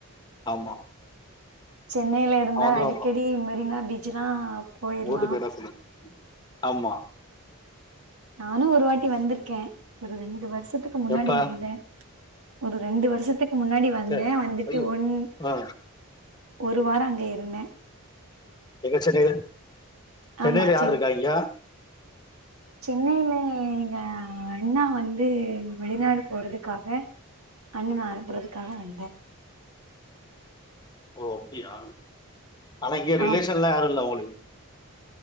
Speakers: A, on the left; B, on the right.
A: ஆமா
B: சென்னையில இருந்தா
A: அவ வந்துருவா
B: அடிக்கடி மெரினா பீச் ஆ போயிரலாம்
A: ஓட்டு போயிட சொல்லு ஆமா
B: நானும் ஒரு வாட்டி வந்திருக்கேன் ஒரு ரெண்டு வருஷம் வருத்துக்கு முன்னாடி
A: எப்ப
B: வந்தேன் ஒரு ரெண்டு வருஷத்துக்கு முன்னாடி வந்தேன்
A: சரி
B: வந்துட்டு
A: ஐயோ
B: ஒன் ஒரு
A: ஆ
B: ஒரு வாரம் அங்க இருந்தேன்
A: இங்க சென்னை சென்னையல
B: ஆமா
A: யார்ருக்கா
B: சென்
A: இங்க
B: சென்னையில எங்க அண்ணா வந்து வெளிநாடு போறதுக்காக அண்ணன் அனுப்பறதுக்காக வந்தேன்
A: ஓ அப்டியா ஆனா இங்க ரிலேஷன்ல
B: ஆம்
A: யாரும் இல்ல உங்களுக்கு